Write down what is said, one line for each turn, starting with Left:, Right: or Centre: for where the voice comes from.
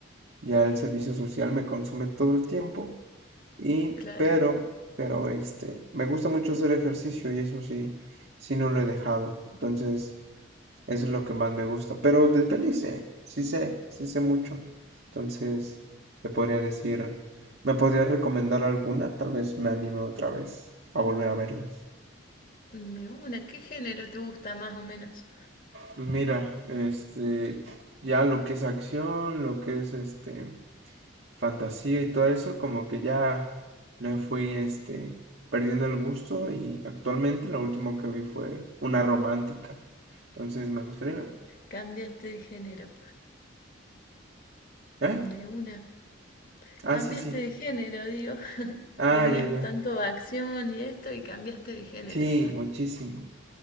Right: ya el servicio social me consume todo el tiempo y
Left: Claro.
Right: pero pero este, me gusta mucho hacer ejercicio y eso sí sí no lo he dejado. Entonces Eso es lo que más me gusta. Pero de peli sé, sí sé, sí sé mucho. Entonces, te podría decir, ¿me podrías recomendar alguna? Tal vez me anime otra vez a volver a verlas.
Left: De una, ¿qué género te gusta más o menos?
Right: Pues mira, este, ya lo que es acción, lo que es este, fantasía y todo eso, como que ya le fui este, perdiendo el gusto y actualmente lo último que vi fue una romántica. Entonces me gustaría...
Left: Cambiaste de género.
Right: ¿Eh?
Left: De una.
Right: Ah,
Left: Cambiaste
Right: sí, sí.
Left: de género, digo. <laughs>
Right: Ah,
Left: Venías
Right: ya, ya.
Left: tanto a acción y esto y cambiaste de género.
Right: Sí, muchísimo.